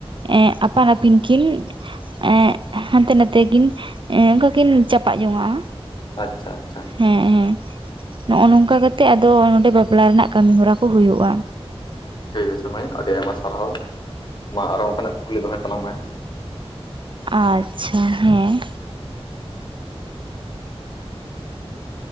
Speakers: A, on the right; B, on the left.
A: ᱮᱸ ᱟᱯᱟᱱ ᱟᱹᱯᱤᱱ ᱠᱤᱱ, ᱮᱸᱜ ᱦᱟᱱᱛᱮ ᱱᱟᱛᱮ ᱠᱤᱱ ᱮᱸ ᱚᱱᱠᱟ ᱠᱤᱱ ᱪᱟᱯᱟᱜ ᱡᱚᱱᱟᱜᱼᱟ᱾
B: ᱟᱪᱪᱷᱟ ᱟᱪᱪᱷᱟ,
A: ᱦᱮᱸ ᱦᱮᱸ ᱱᱚᱜ-ᱚ ᱱᱚᱝᱠᱟ ᱠᱟᱛᱮᱜ ᱟᱫᱚ ᱱᱚᱸᱰᱮ ᱵᱟᱯᱞᱟ ᱨᱮᱱᱟᱜ ᱠᱟᱢᱤ ᱦᱚᱨᱟ ᱠᱚ ᱦᱩᱭᱩᱜᱼᱟ᱾
B: ᱴᱷᱤᱠ ᱟᱪᱪᱷᱮ ᱢᱟᱹᱭ, ᱟᱹᱰᱤ ᱟᱭᱢᱟ ᱥᱟᱨᱦᱟᱣ ᱢᱟ ᱟᱨᱚ ᱚᱱᱠᱟᱱᱟᱜ ᱠᱩᱠᱞᱤ ᱫᱚᱦᱚᱭ ᱛᱟᱞᱟᱝ ᱢᱮ?
A: ᱟᱪᱪᱷᱟ ᱦᱮᱸ,